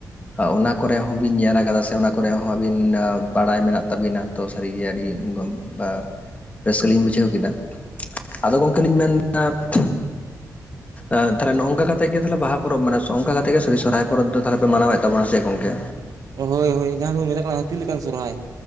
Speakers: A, on the left; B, on the right.
A: ᱚᱱᱟ ᱠᱚᱨᱮ ᱦᱚᱸ ᱵᱤᱱ ᱧᱮᱞ ᱟᱠᱟᱫᱟ ᱥᱮ ᱚᱱᱟ ᱠᱚᱨᱮ ᱦᱚᱸ ᱟᱹᱵᱤᱱ ᱵᱟᱲᱟᱭ ᱢᱮᱱᱟᱜ ᱛᱟᱵᱤᱱᱟ ᱛᱚ ᱥᱟᱹᱨᱤᱜᱮ ᱟᱹᱰᱤ ᱜᱚᱢ ᱵᱟ ᱨᱟᱹᱥᱠᱟᱹ ᱞᱤᱧ ᱵᱩᱡᱷᱟᱹᱣ ᱠᱮᱫᱟ ᱟᱫᱚ ᱜᱚᱝᱠᱮ ᱞᱤᱧ ᱢᱮᱱ ᱮᱸᱛ ᱟᱸ ᱛᱟᱞᱚᱦᱮ ᱱᱚᱝᱠᱟ ᱠᱟᱛᱮᱜ ᱜᱮ ᱛᱟᱞᱦᱮ ᱵᱟᱦᱟ ᱯᱚᱨᱚᱵᱽ ᱢᱟᱱᱮ ᱱᱚᱝᱠᱟ ᱠᱟᱛᱮᱫ ᱜᱮ ᱥᱟᱹᱨᱤ ᱥᱚᱨᱦᱟᱭ ᱯᱚᱨᱚᱵᱽ ᱫᱚ ᱛᱟᱦᱞᱮ ᱯᱮ ᱢᱟᱱᱟᱣᱮᱫ ᱛᱟᱵᱚᱱᱟ ᱥᱮ ᱜᱚᱝᱠᱮ᱾
B: ᱦᱳᱭ ᱦᱳᱭ ᱡᱟᱦᱟᱸ ᱫᱚᱵᱚᱱ ᱢᱮᱛᱟᱜ ᱠᱟᱱᱟ ᱦᱟᱹᱛᱤ ᱞᱮᱠᱟᱱ ᱥᱚᱨᱦᱟᱭ᱾